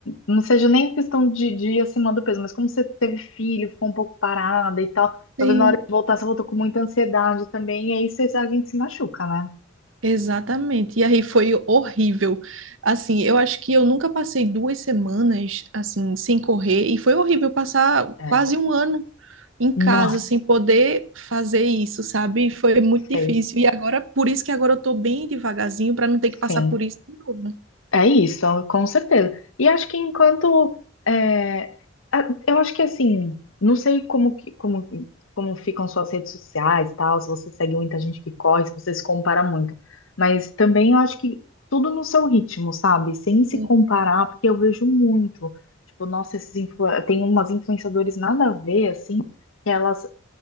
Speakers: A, on the left; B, on the right.
A: não seja nem questão de, de ir acima do peso, mas como você teve filho, ficou um pouco parada e tal, talvez
B: Sim.
A: na hora de voltar você voltou com muita ansiedade também, e aí você, a gente se machuca, né?
B: Exatamente. E aí foi horrível. Assim, eu acho que eu nunca passei duas semanas assim sem correr e foi horrível passar
A: Putz. É.
B: quase um ano em casa
A: Nossa,
B: sem poder fazer isso, sabe? Foi muito difícil.
A: sei,
B: E agora, por isso que agora eu tô bem devagarzinho para não ter que passar
A: sim.
B: por isso de novo.
A: É isso, com certeza. E acho que enquanto é, a- eu acho que assim, não sei como que- como como ficam suas redes sociais e tal, se você segue muita gente que corre, se você se compara muito, mas também eu acho que tudo no seu ritmo, sabe? Sem se
B: Sim,
A: comparar, porque eu vejo muito, tipo, nossa, esses influ... tem umas influenciadores nada a ver assim, que elas